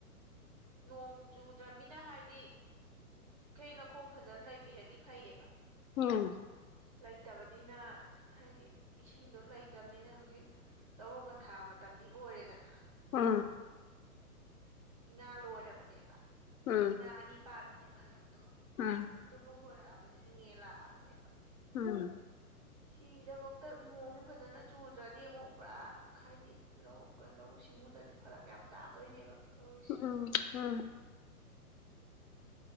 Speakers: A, on the right; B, on the left.
A: ꯅꯣꯡ ꯆꯨꯗ꯭ꯔꯅꯤꯅ ꯍꯥꯏꯗꯤ꯫ ꯎ ꯀꯩ ꯂꯧꯈꯣꯡ ꯐꯖꯅ ꯂꯩꯕꯤꯔꯗꯤ ꯐꯩꯌꯦꯕ
B: ꯎꯝ
A: ꯂꯩꯇꯕꯅꯤꯅ ꯍꯥꯏꯗꯤ ꯏꯁꯤꯡꯗꯣ ꯂꯩꯇ꯭ꯔꯕꯅꯤꯅ ꯍꯧꯖꯤꯛ ꯂꯧꯔꯣꯛ ꯄꯟꯊꯥ ꯃꯇꯝꯗꯤ ꯑꯣꯏꯔꯦꯗꯅ
B: ꯑ
A: ꯉꯥ ꯂꯣꯏꯔꯕꯅꯦꯕ
B: ꯎꯝ
A: ꯏ ꯉꯥ ꯑꯅꯤ ꯄꯥꯟꯕꯅꯦꯕ ꯍꯟꯗꯛꯇꯣ
B: ꯎꯝ
A: ꯑꯗꯨꯐꯥꯎ ꯂꯣꯏꯔꯛꯑꯕ ꯅꯦ ꯏꯪꯉꯦꯜ ꯂꯥꯛꯑꯕꯅꯦꯕ
B: ꯎꯝ
A: ꯁꯤꯗꯐꯧꯗ ꯅꯣꯡꯁꯦ ꯐꯖꯅ ꯆꯨꯗ꯭ꯔꯗꯤ ꯑꯃꯨꯛ ꯄꯨꯔꯥ ꯍꯥꯏꯗꯤ ꯂꯧ ꯂꯧꯎ ꯁꯤꯡꯎꯗꯗꯤ ꯐꯔꯛ ꯌꯥꯝ ꯇꯥꯗꯣꯏꯅꯦꯕ ꯇꯧꯔꯤ
B: ꯎꯝ ꯎꯝ